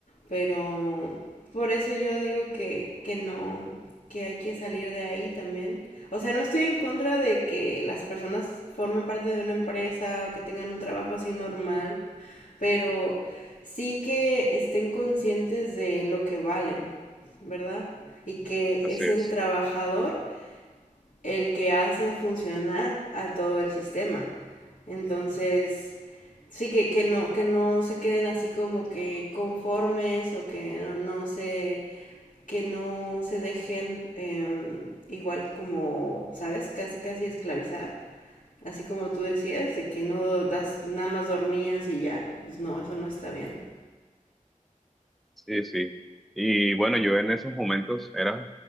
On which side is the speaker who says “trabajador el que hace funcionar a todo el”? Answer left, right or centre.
Left